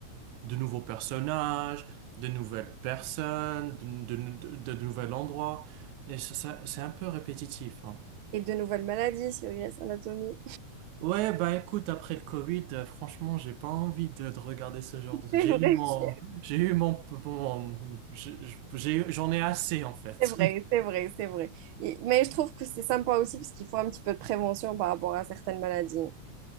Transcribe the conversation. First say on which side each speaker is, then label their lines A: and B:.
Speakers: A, on the right; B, on the right.
A: de nouveaux personnages, de nouvelles personnes, de, de, de- de nouveaux endroits. Et ça, ça- c'est un peu répétitif, hein.
B: Et de nouvelles maladies sur Grey's Anatomy.
A: Ouais, bah écoute, après le Covid, euh, franchement, j'ai pas envie de, de regarder ce genre
B: <laughs>
A: de... J'ai eu mon... J'ai eu mon... mon- j'ai- j'ai- j'en ai assez, en fait.
B: C'est vrai,
A: <laughs>
B: c'est vrai, c'est vrai, c'est vrai. Et- mais je trouve que c'est sympa aussi parce qu'il faut un petit peu de prévention par rapport à certaines maladies.